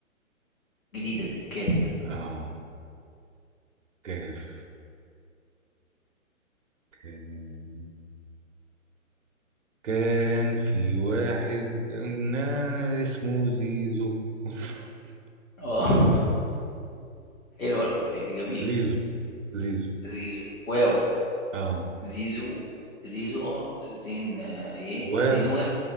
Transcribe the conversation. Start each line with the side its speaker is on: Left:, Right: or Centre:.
Left: جديدة دي كاف
Right: اه كيف كان كان في واحد نا- اسمه زيزو <laughs>
Left: اه <laughs> حلوة الأغنية دي جميلة
Right: زيزو زيزو
Left: زيزو واو
Right: اه
Left: زيزو زيزو اه زين آه، ايه
Right: واو
Left: زين واو